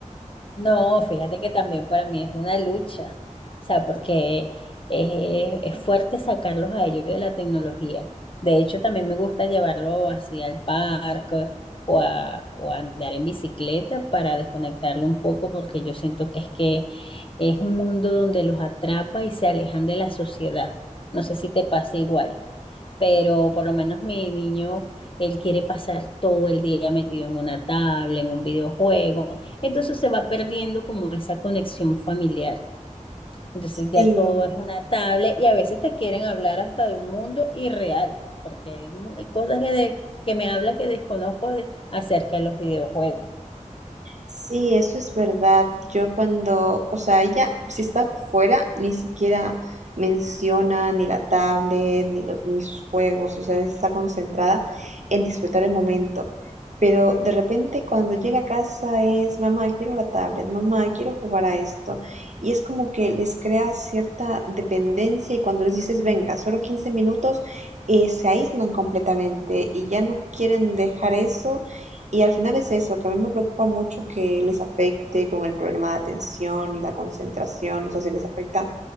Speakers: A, on the left; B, on the right.
A: No, fíjate que también para mí es una lucha, o sea, porque es, es fuerte sacarlos a ellos de la tecnología. De hecho, también me gusta llevarlo así al parque o a, o a andar en bicicleta para desconectarlo un poco, porque yo siento que es que es un mundo donde los atrapa y se alejan de la sociedad. No sé si te pasa igual. pero por lo menos mi niño, él quiere pasar todo el día metido en una tabla, en un videojuego, entonces se va perdiendo como esa conexión familiar. Entonces ya
B: Sí,
A: todo es una tablet y a veces te quieren hablar hasta de un mundo irreal, porque hay, mu- hay cosas que, de- que me habla que desconozco de, acerca de los videojuegos.
B: Sí, eso es verdad. Yo cuando, o sea, ella, si está fuera, ni siquiera menciona ni la tablet, ni los, ni sus juegos, o sea, está concentrada en disfrutar el momento. Pero de repente cuando llega a casa es, mamá, quiero la tablet, mamá, quiero jugar a esto. Y es como que les crea cierta dependencia y cuando les dices, venga, solo 15 minutos, eh, se aíslan completamente y ya no quieren dejar eso y al final es eso, que a mí me preocupa mucho que les afecte con el problema de atención y la concentración, o sea, si les afecta